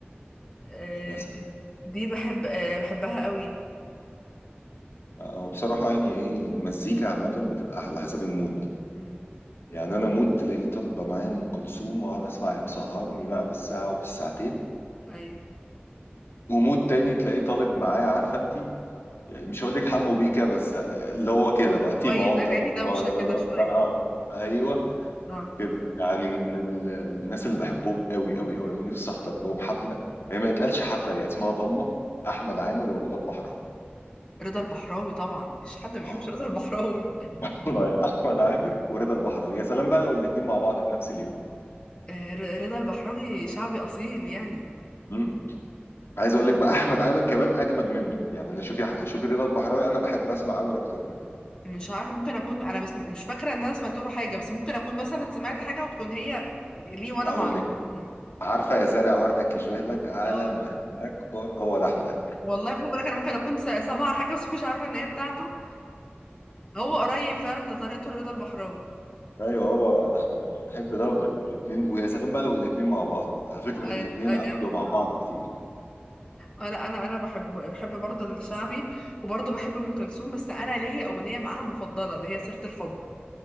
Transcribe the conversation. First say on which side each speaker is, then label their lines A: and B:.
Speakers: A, on the left; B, on the left.
A: آه
B: مثلا
A: دي بحب آه بحبها قوي
B: أو بصراحه يعني ايه المزيكا عامه بتبقى على حسب المود
A: امم
B: يعني انا مود تلاقيه طالبه معايا ام كلثوم واقعد اسمع يا مسهرني بقى بالساعه وبالساعتين
A: ايوه
B: ومود تاني تلاقيه طالب معايا عارفه انت يعني مش هقول لك حمو بيكا بس اللي هو كده بقى تيم
A: شويه
B: عمده
A: اغاني
B: بقى
A: دوشه
B: مهرجانات
A: كده شويه
B: بقى و... ايوه
A: اه
B: كده يعني من ال... الناس اللي بحبهم قوي قوي قوي قوي نفسي احضر لهم حفله هي ما يتقالش حفله هي اسمها ضمه احمد
A: آه.
B: عامر ورضا البحراوي
A: رضا البحراوي طبعا مفيش حد ما بيحبش
B: اه
A: رضا البحراوي
B: <laughs> والله يا احمد عامر ورضا البحراوي يا سلام بقى لو الاثنين مع بعض في نفس اليوم
A: آه ر- رضا البحراوي شعبي اصيل يعني
B: مم. عايز اقول لك بقى احمد عامر كمان اجمد منه يعني انا شوفي شوفي رضا البحراوي انا بحب اسمع عامر اكتر منه
A: مش عارفه ممكن اكون انا بس مش فاكره ان انا سمعت له حاجه بس ممكن اكون مثلا سمعت حاجه وتكون هي ليه وانا
B: اقول
A: ما اعرفش
B: لك
A: يعني.
B: عارفة يا زارع وردك يشبه لك على
A: اه
B: مهلك أر- هو ده أحمد عيد
A: والله خد بالك انا ممكن اكون س- سامعه حاجه <laughs> بس مش عارفه ان هي بتاعته هو قريب فعلا لطريقته لرضا البحراوي
B: ايوه هو بقى ده احمد عيد احب ده وده الاثنين ويا سلام بقى لو الاثنين مع بعض على فكرة
A: هتبقى
B: الاثنين عملوا
A: جامده
B: مع بعض كتير
A: انا انا انا بحب بحب برضه الشعبي وبرضه بحب ام كلثوم بس انا ليا اغنيه معاها مفضله اللي هي سيره الحب